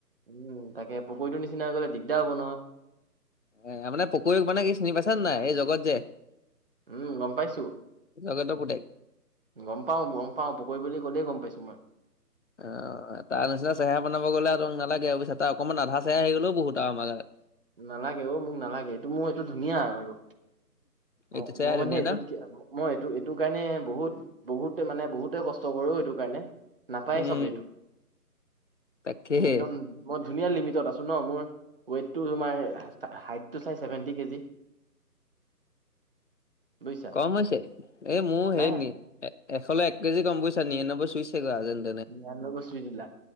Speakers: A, on the right; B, on the left.
A: উম তাকে পকৰীটো নিচিনা হৈ গ'লে দিগদাৰ হ'ব নহয়।
B: এ মানে পকৰী মানে কি চিনি পাইছে নে নাই এই জগত যে
A: উম গম পাইছো
B: জগতৰ পুতেক
A: গম পাওঁ গম পাওঁ পকৰি বুলি গলেই গম পাইছো মই
B: অ তাৰ নিচি চেহৰা বনাব গ'লে আৰু নালাগে আৰু পিত তাৰ অকমান আধা চেহৰা আহি গ'লেও বহুত আৰু আমাৰ গাত
A: নালাগে অ মোক নালাগে এইটো মোৰ এইটো ধুনীয়া আৰু ম
B: এইটো চেহেৰাই
A: মই
B: ধুনীয়া
A: মানে এইটোক
B: ন
A: মই এইটো এইটো কাৰণে বহুত বহুত মানে বহুতে কষ্ট কৰো এইটো কাৰণে নাপায়
B: উম
A: চবেই এইটো
B: তাকেহে
A: মোৰ একদম মই ধুনীয়া লিমিটত আছোঁ ন মোৰ টো তোমাৰ হাইটটো চাই চছেভেনটি কেজি বুজিছা
B: কম হৈছে এই মোৰ
A: নাই
B: হেৰি নি এশলৈ এক কেজি কম বুইছা নিৰান্নব্বৈ সুইছেগৈ
A: নিৰান্বৈ চুই দিলা